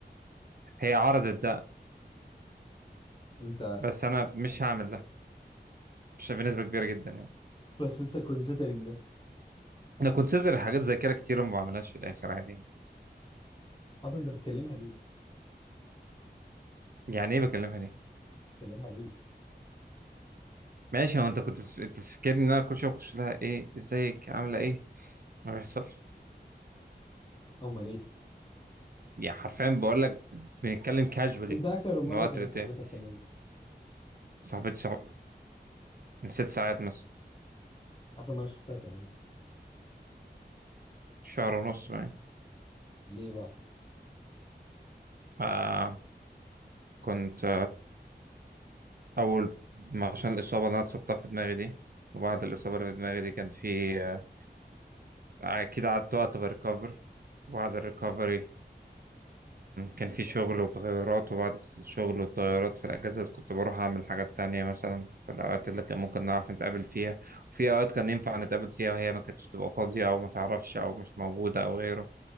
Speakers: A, on the right; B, on the left.
A: هي عرضت ده
B: انت
A: بس أنا مش هعمل ده مش بنسبة كبيرة جدا يعني
B: بس انت كونسيدرنج
A: أنا كونسيدر حاجات زي كده كتير وما بعملهاش في الآخر عادي
B: اصلا انت بتكلمها ليه؟
A: يعني إيه بكلمها ليه؟
B: بتكلمها ليه؟
A: ماشي هو أنت كنت بتف- أنت فاكرني إن أنا كل شوية بخش لها إيه إزيك عاملة إيه؟ ما بيحصلش
B: امال ايه؟
A: يعني حرفيا بقول لك بنتكلم كاجولي
B: انت اخر مره
A: من وقت
B: كلمت
A: للتاني
B: صاحبتك كان امتى؟
A: صاحبتي صاحب من ست ساعات مثلا
B: اخر مره شفتها كان امتى؟
A: شهر ونص يعني
B: ليه بقى؟
A: آه كنت أول ما- عشان الإصابة اللي أنا اتصبتها في دماغي دي وبعد الإصابة اللي في دماغي دي كان في آه، أكيد قعدت وقت بريكفر وبعد الريكفري كان في شغل وتغيرات وبعد الشغل والتغيرات في الأجازة كنت بروح أعمل حاجات تانية مثلا في الأوقات اللي كان ممكن نعرف نتقابل فيها وفي أوقات كان ينفع نتقابل فيها وهي ما كانتش تبقى فاضية أو ما تعرفش أو مش موجودة أو غيره